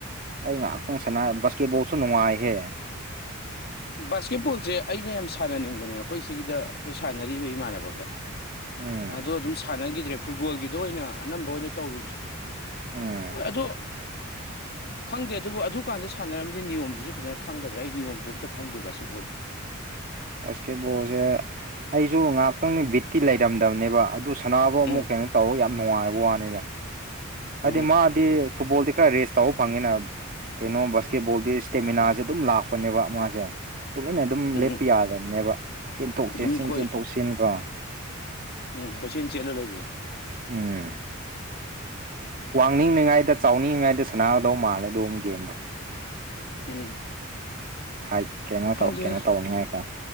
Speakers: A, on the right (about 45°); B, on the left (about 50°).
A: ꯑꯩ ꯉꯥꯏꯍꯥꯛꯇꯪ ꯁꯟꯅ ꯕꯥꯁꯀꯦꯠꯕꯣꯜꯁꯨ ꯅꯨꯡꯉꯥꯏꯍꯦ
B: ꯕꯥꯁꯀꯦꯠꯕꯣꯜꯁꯦ ꯑꯩꯅ ꯌꯥꯝ ꯁꯥꯟꯅꯅꯤꯡꯕꯅꯦ ꯑꯩꯈꯣꯏ ꯁꯤꯒꯤꯗ ꯑꯩꯈꯣꯏ ꯁꯥꯟꯅꯔꯤꯕ ꯏꯃꯥꯟꯅꯕ ꯈꯔ
A: ꯎꯝ
B: ꯑꯗꯣ ꯑꯗꯨꯝ ꯁꯥꯟꯅꯈꯤꯗ꯭ꯔꯦ ꯐꯨꯠꯕꯣꯜꯒꯤꯗꯣ ꯑꯣꯏꯅ ꯑꯅꯝꯕ ꯑꯣꯏꯅ ꯇꯧꯈꯤꯕꯁꯨ
A: ꯎꯝ
B: ꯍꯣꯏ ꯑꯗꯣ ꯈꯪꯗꯦ ꯑꯗꯨꯕꯨ ꯑꯗꯨꯀꯥꯟꯗ ꯁꯥꯟꯅꯔꯝꯗꯤ ꯅꯤꯌꯣꯝꯁꯤꯁꯨ ꯐꯖꯅ ꯈꯪꯒꯗ꯭ꯔꯥ ꯑꯩ ꯅꯤꯌꯣꯝꯁꯨ ꯑꯝꯇ ꯈꯪꯗꯦ ꯕꯥꯁꯀ‌ꯦꯠꯕ‌ꯣꯜꯗꯤ
A: ꯕꯥꯁꯀꯦꯠꯕꯣꯜꯁꯦ ꯑꯩꯁꯨ ꯉꯥꯏꯍꯥꯛꯇꯪꯗꯤ ꯕꯤꯠꯇꯤ ꯂꯩꯔꯝꯗꯕꯅꯦꯕ ꯑꯗꯨ ꯁꯅꯥꯕꯨ ꯑꯃꯨꯛ
B: ꯎꯝ
A: ꯀꯩꯅꯣ ꯇꯧꯔ ꯌꯥꯝ ꯅꯨꯡꯉꯥꯏꯕꯩ ꯋꯥꯅꯤꯗ ꯍꯥꯏꯗꯤ
B: ꯎꯝ
A: ꯃꯥꯗꯤ ꯐꯨꯠꯕꯣꯜꯗꯤ ꯈꯔ ꯔꯦꯁ ꯇꯧꯕ ꯐꯪꯉꯤꯅ ꯀꯩꯅꯣ ꯕꯥꯁꯀꯦꯠꯕꯣꯜꯗꯤ ꯏꯁꯇꯦꯃꯤꯅꯥꯁꯦ ꯑꯗꯨꯝ ꯂꯥꯛꯄꯅꯦꯕ ꯃꯥꯁꯦ ꯇꯨꯃꯤꯟꯅ ꯑꯗꯨꯝ
B: ꯎꯝ
A: ꯂꯦꯞꯄ ꯌꯥꯗꯕꯅꯦꯕ ꯆꯦꯟꯊꯣꯛ
B: ꯑꯗꯨꯝ
A: ꯆꯦꯟꯁꯤꯟ
B: ꯑꯩꯈꯣꯏ
A: ꯆꯦꯟꯊꯣꯛ ꯆ‌ꯦꯟꯁꯤꯟꯀꯣ
B: ꯎꯝ ꯀꯣꯏꯆ‌ꯦꯟ ꯆꯦꯟꯂ ꯂꯩꯕꯗꯣ
A: ꯎꯝ ꯋꯥꯡꯅꯤꯡꯏꯉꯥꯏꯗ ꯆꯥꯎꯅꯤꯡꯏꯉꯥꯏꯗ ꯁꯅꯥꯒꯗꯧ ꯃꯥꯜꯂꯦ ꯑꯗꯨꯒꯨꯝꯕ ꯒꯦꯝꯗꯣ
B: ꯎꯝ
A: ꯍꯥꯏ ꯀꯩꯅꯣ
B: ꯈꯪꯗꯦ
A: ꯇꯧ ꯀꯩꯅꯣ ꯇꯧꯅꯤꯉꯥꯏꯀꯣ